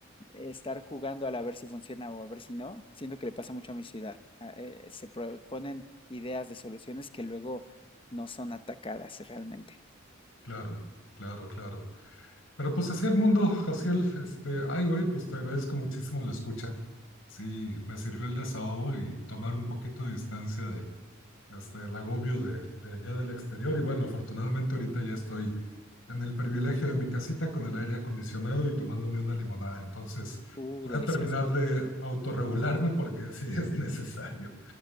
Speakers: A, on the left (about 25°); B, on the left (about 75°).
A: estar jugando al a ver si funciona o a ver si no, siento que le pasa mucho a mi ciudad. A- eh, se proponen ideas de soluciones que luego no son atacadas realmente.
B: Claro, claro, claro. Pero pues así el mundo, Jaciel, este, ay, güey, pues te agradezco muchísimo la escucha. Sí, me sirvió el desahogo y tomar un poquito de distancia de, este, el agobio de, de allá del exterior. Y bueno, afortunadamente ahorita ya estoy en el privilegio de mi casita con el aire acondicionado y tomándome una limonada. Entonces
A: Uh,
B: voy
A: delicioso.
B: a terminar de autorregularme porque sí es necesario.